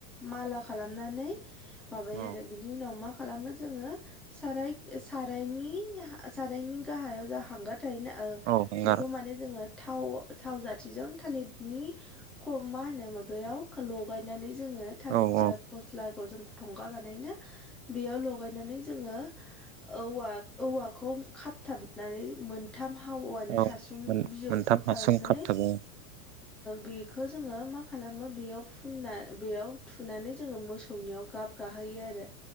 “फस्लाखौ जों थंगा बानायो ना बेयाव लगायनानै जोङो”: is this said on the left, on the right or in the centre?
Centre